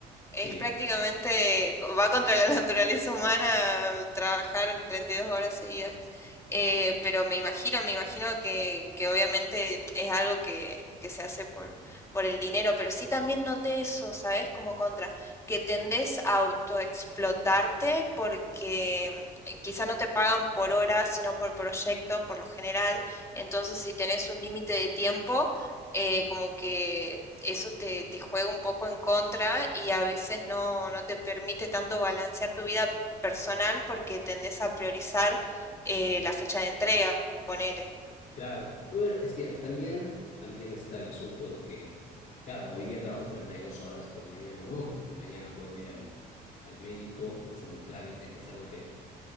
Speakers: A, on the left; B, on the left.
A: sí.
B: Es prácticamente, co- va contra la <laughs> naturaleza humana trabajar 32 horas seguidas. Eh, pero me imagino, me imagino que, que obviamente es algo que, que se hace por, por el dinero, pero sí también noté eso, ¿sabes? Como contra, que tendés a autoexplotarte porque eh, quizá no te pagan por hora, sino por proyecto, por lo general. Entonces, si tenés un límite de tiempo, eh, como que eso te, te juega un poco en contra y a veces no, no te permite tanto balancear tu vida personal porque tendés a priorizar eh, la fecha de entrega, ponele.
A: Claro, bueno, es que también, también está el asunto de que, claro, hoy día trabajo 32 horas, pero mañana no, y mañana puedo ir al, al médico o hacer un trámite, que es algo que,